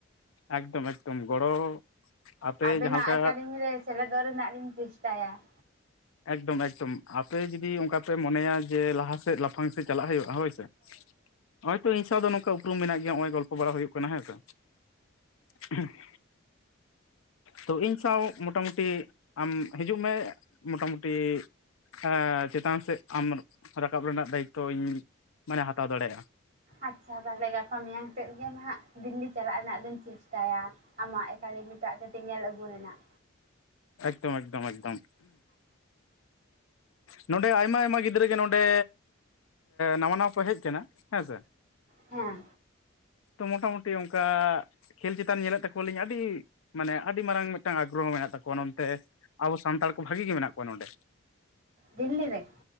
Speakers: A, on the left (about 80°); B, on the right (about 35°).
A: ᱮᱠᱫᱚᱢ ᱮᱠᱫᱚᱢ ᱜᱚᱲᱚ ᱟᱯᱮ
B: ᱟᱵᱮᱱᱟᱜ
A: ᱡᱟᱦᱟᱸ ᱞᱮᱠᱟ
B: ᱮᱠᱟᱰᱮᱢᱤ ᱨᱮ ᱥᱮᱞᱮᱫᱚᱜ ᱨᱮᱱᱟᱜ ᱞᱤᱧ ᱪᱮᱥᱴᱟᱭᱟ᱾
A: ᱮᱠᱫᱚᱢ ᱮᱠᱫᱚᱢ ᱟᱯᱮ ᱡᱩᱫᱤ ᱚᱱᱠᱟ ᱯᱮ ᱢᱚᱱᱮᱭᱟ ᱡᱮ ᱞᱟᱦᱟ ᱥᱮᱫ ᱞᱟᱯᱷᱟᱝ ᱥᱮᱫ ᱪᱟᱞᱟᱜ ᱦᱩᱭᱩᱜᱼᱟ ᱦᱳᱭ ᱥᱮ ᱦᱳᱭᱛᱚ ᱤᱧ ᱥᱟᱶ ᱫᱚ ᱱᱚᱝᱠᱟ ᱩᱯᱨᱩᱢ ᱢᱮᱱᱟᱜ ᱜᱮᱭᱟ ᱱᱚᱜᱼᱚᱭ ᱜᱚᱞᱯᱚ ᱵᱟᱲᱟ ᱦᱩᱭᱩᱜ ᱠᱟᱱᱟ ᱦᱮᱸ ᱥᱮ <unintelligible> ᱛᱚ ᱤᱧ ᱥᱟᱶ ᱢᱚᱴᱟᱢᱩᱴᱤ ᱟᱢ ᱦᱤᱡᱩᱜ ᱢᱮ ᱢᱚᱴᱟᱢᱩᱴᱤ ᱮ ᱪᱮᱛᱟᱱ ᱥᱮᱫ ᱟᱢ ᱨᱟᱠᱟᱵ ᱨᱮᱱᱟᱜ ᱫᱟᱭᱤᱛᱛᱚ ᱤᱧ ᱢᱟᱱᱮ ᱦᱟᱛᱟᱣ ᱫᱟᱲᱮᱹᱭᱟᱜᱼᱟ᱾
B: ᱟᱪᱪᱷᱟ ᱛᱟᱦᱚᱞᱮ ᱜᱟᱯᱟ ᱢᱮᱭᱟᱝ ᱥᱮᱜ ᱜᱮ ᱱᱟᱦᱟᱜ ᱫᱤᱞᱞᱤ ᱪᱟᱞᱟᱜ ᱨᱮᱱᱟᱜ ᱫᱚᱧ ᱪᱮᱥᱴᱟᱭᱟ᱾ ᱟᱢᱟᱜ ᱮᱠᱟᱰᱮᱢᱤᱴᱟᱜ ᱠᱟᱹᱴᱤᱡ ᱧᱮᱞ ᱟᱹᱜᱩ ᱨᱮᱱᱟᱜ
A: ᱮᱠᱫᱚᱢ ᱮᱠᱫᱚᱢ ᱮᱠᱫᱚᱢ ᱱᱚᱰᱮ ᱟᱭᱢᱟ ᱟᱭᱢᱟ ᱜᱤᱫᱽᱨᱟᱹ ᱜᱮ ᱱᱚᱰᱮ ᱱᱟᱣᱟ ᱱᱟᱣᱟ ᱠᱚ ᱦᱮᱡ ᱠᱟᱱᱟ ᱦᱮᱸᱥᱮ
B: ᱦᱮᱸ ᱦᱮᱸ
A: ᱛᱚ ᱢᱚᱴᱟᱢᱩᱴᱤ ᱚᱱᱠᱟ ᱠᱷᱮᱹᱞ ᱪᱮᱛᱟᱱ ᱧᱮᱞᱮᱫ ᱛᱟᱠᱚᱣᱟᱞᱤᱧ ᱟᱹᱰᱤ ᱢᱟᱱᱮ ᱟᱹᱰᱤ ᱢᱟᱨᱟᱝ ᱢᱤᱫᱴᱟᱝ ᱟᱜᱽᱨᱚᱦᱚ ᱢᱮᱱᱟᱜ ᱛᱟᱠᱚᱣᱟ ᱱᱚᱛᱮ ᱟᱵᱚ ᱥᱟᱱᱛᱟᱲ ᱠᱚ ᱵᱷᱟᱹᱜᱤ ᱜᱮ ᱢᱮᱱᱟᱜ ᱠᱚᱣᱟ ᱱᱚᱸᱰᱮ᱾
B: ᱫᱤᱞᱞᱤ ᱨᱮ